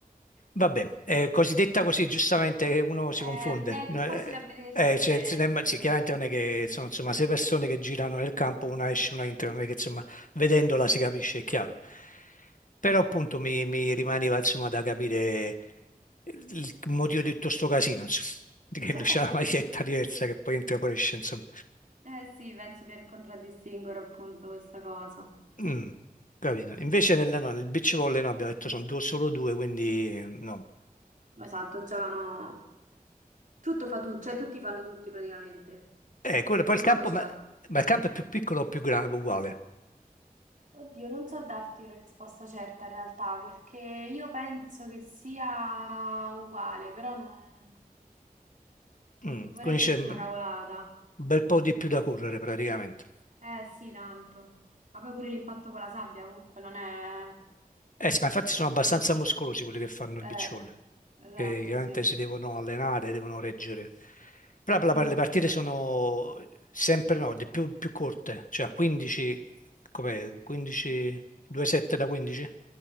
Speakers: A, on the left; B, on the right.
A: Vabbè, eh, così detta così giustamente eh, uno si
B: Eh,
A: confonde.
B: è
A: No,
B: più facile
A: Eh,
B: a vedersi
A: eh, cioè,
B: che...
A: se ne-
B: Sì.
A: sì, chiaramente non è che sono insomma sei persone che girano nel campo, una esce, una entra, non è che insomma vedendola si capisce, è chiaro. Però appunto mi, mi rimaneva insomma da capire il motivo di tutto sto casino, insomma, di che
B: <laughs>
A: lui c'ha la maglietta diversa che poi entra e poi esce, insomma.
B: Eh sì, penso per contraddistinguere appunto questa cosa.
A: Mm, capito. Invece nella, no, nel beach volley no, abbiamo detto sono due- solo due, quindi eh, no.
B: Esatto, giocano... Tutto fa tu, cioè tutti fanno tutti praticamente.
A: Eh, quello, poi
B: Il
A: il
B: ruolo
A: campo,
B: ce
A: ma,
B: l'hanno.
A: ma il campo è più piccolo o più grande, uguale.
B: Oddio, non so darti una risposta certa in realtà, perché io penso che sia uguale, però non,
A: Mm,
B: non vorrei
A: quindi
B: dirti
A: c'è un
B: una cavolata.
A: bel po' di più da correre praticamente.
B: Eh sì, tanto. Ma poi pure l'impatto con la sabbia comunque non è...
A: Eh sì, ma infatti sono abbastanza muscolosi quelli che fanno il
B: Eh,
A: beach volley,
B: esatto,
A: che chiaramente
B: sì.
A: si devono allenare, devono reggere. Però
B: Mm,
A: per la-
B: mm.
A: per le partite sono sempre no, di più, più corte, cioè a 15, com'è? 15, 2-7 da 15?